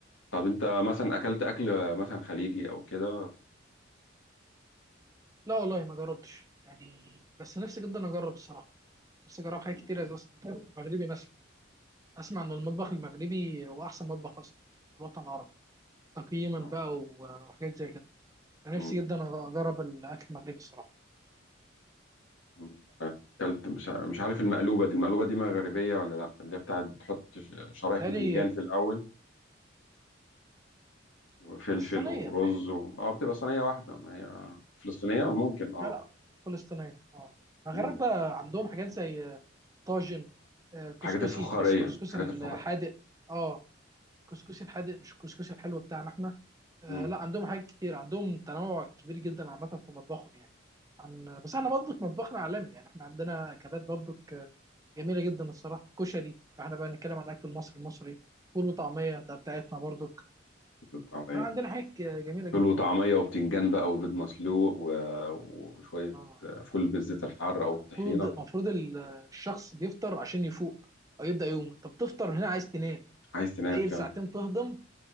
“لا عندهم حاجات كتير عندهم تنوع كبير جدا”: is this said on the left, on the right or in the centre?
Right